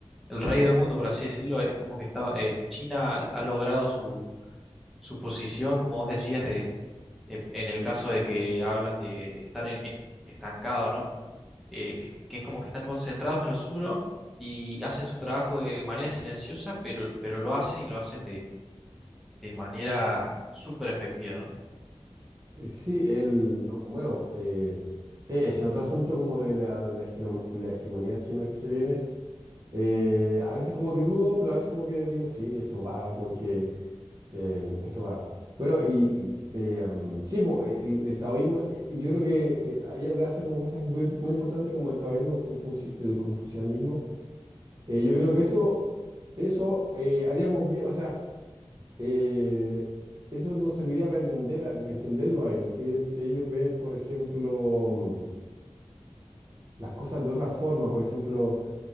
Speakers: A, in the centre; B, on the right.
A: el rey del mundo, por así decirlo, es como que está, eh, China ha logrado su, su posición, como vos decías, de, eh, en el caso de que hablan de estar en- eh, estancado, ¿no? eh, que, que es como que están concentrados en lo suyo y hacen su trabajo de manera silenciosa, pero, pero lo hacen y lo hacen de, de manera súper efectiva, ¿no?
B: Eh, Sí, el, no, bueno, eh, sí, ese otro asunto como de la, la, hegemo- la hegemonía china que se viene, eh, a veces como que dudo, pero a veces como que digo, sí, esto va porque... Eh, esto va. Bueno, y eh, am, sí, po, el, el taoísmo, eh, yo creo que eh, ahí hablaste como cosas muy, muy importantes como el taoísmo, el, confucio- el confucianismo. Eh, yo creo que eso, eso eh, haríamos bien, o sea, eh, eso nos serviría para entender, a- entenderlo a ellos, que ellos, ellos ven, por ejemplo, mm, las cosas de otra forma, por ejemplo,